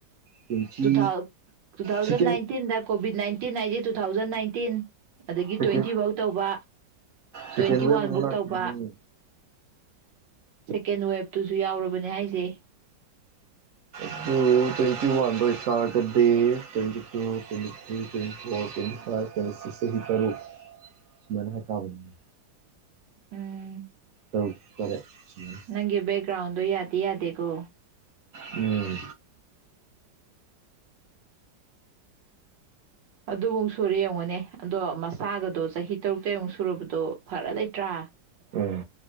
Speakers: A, on the right; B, on the right.
A: ꯇ꯭ꯋꯦꯟꯇꯤ
B: ꯇꯨ ꯊꯥꯎ ꯇꯨ ꯊꯥꯎꯖꯟ
A: ꯁꯦꯀꯦꯟ
B: ꯅꯥꯏꯟꯇꯤꯟꯗ ꯀꯣꯚꯤꯠ ꯅꯥꯏꯟꯇꯤꯟ ꯍꯥꯏꯖꯤ ꯇꯨ ꯊꯥꯎꯖꯟ ꯅꯥꯏꯟꯇꯤꯟ ꯑꯗꯒꯤ
A: ꯁꯦꯀꯦꯟ
B: ꯇ꯭ꯋꯦꯟꯇꯤ ꯕꯧ ꯇꯧꯕ
A: ꯁꯦꯀꯦꯟ
B: ꯇ꯭ꯋꯦꯟꯇꯤ
A: ꯋꯦꯕ
B: ꯋꯥꯟ
A: ꯑꯃꯨꯛ
B: ꯕꯧ
A: ꯂꯥꯛꯈꯤꯕꯅꯦ
B: ꯇꯧꯕ ꯁꯦꯀꯦꯟ ꯋꯦꯕꯇꯨꯖꯨ ꯌꯥꯎꯔꯕꯅꯦ ꯍꯥꯏꯖꯩ
A: ꯑꯗꯨ ꯇ꯭ꯋꯦꯟꯇꯤ ꯋꯥꯟꯗ ꯑꯣꯏꯇꯥꯔꯒꯗꯤ twenty two twenty three twenty four twenty five ꯆꯍꯤ ꯇꯔꯨꯛ ꯁꯨꯃꯥꯏꯅ ꯍꯥꯏꯇꯥꯕꯅꯤ
B: ꯎꯝ
A: ꯇꯔꯨꯛ ꯇꯔꯦꯠ ꯁꯨꯃꯥꯏꯅ
B: ꯅꯪꯒꯤ ꯕꯦꯛꯒ꯭ꯔꯥꯎꯗꯨ ꯌꯥꯗ ꯗꯤ ꯌꯥꯗꯦꯀꯣ
A: ꯎꯝ
B: ꯑꯗꯨꯃꯨꯛ ꯁꯨꯔꯦ ꯌꯦꯡꯉꯨꯅꯦ ꯑꯗꯣ ꯃꯁꯥꯒꯗꯣ ꯆꯍꯤ ꯇꯔꯨꯛ ꯇꯥꯔꯦꯠ ꯃꯨꯛ ꯁꯨꯔꯕꯗꯣ ꯐꯔ ꯂꯩꯇ꯭ꯔꯥ
A: ꯎꯝ